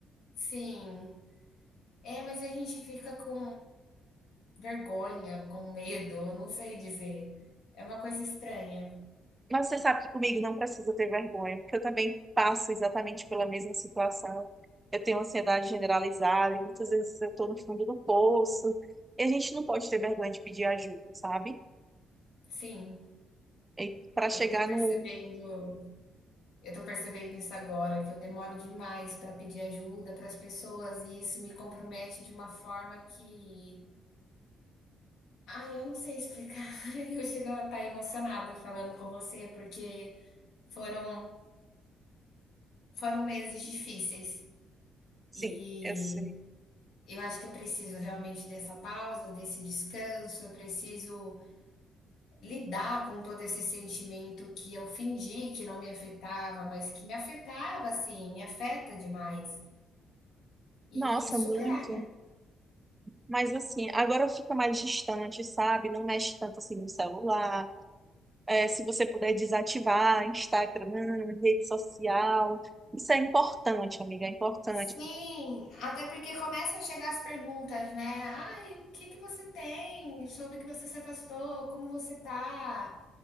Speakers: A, on the left (about 75°); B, on the right (about 20°).
A: Sim. É, mas a gente fica com vergonha, com medo, eu não sei dizer. É uma coisa estranha.
B: Mas você sabe que comigo não precisa ter vergonha, porque eu também passo exatamente pela mesma situação. Eu tenho ansiedade generalizada e muitas vezes eu estou no fundo do poço. E a gente não pode ter vergonha de pedir ajuda, sabe?
A: Sim,
B: E para chegar
A: eu tô percebendo,
B: no.
A: eu tô percebendo isso agora, que eu demoro demais para pedir ajuda para as pessoas e isso me compromete de uma forma que Ai, eu não sei explicar. <laughs> Eu chego a estar emocionada falando com você, porque foram, foram meses difíceis.
B: Sim,
A: E
B: eu sei.
A: eu acho que eu preciso realmente dessa pausa, desse descanso. Eu preciso lidar com todo esse sentimento que eu fingi que não me afetava, mas que me afetava, assim, me afeta demais. E
B: Nossa,
A: superar
B: muito.
A: né?
B: Mas assim, agora fica mais distante, sabe? Não mexe tanto assim no celular. É, se você puder desativar Instagram, rede social. Isso é importante, amiga, é importante.
A: Sim, até porque começam a chegar as perguntas, né? Ai, o que que você tem? Soube que você se afastou, como você tá?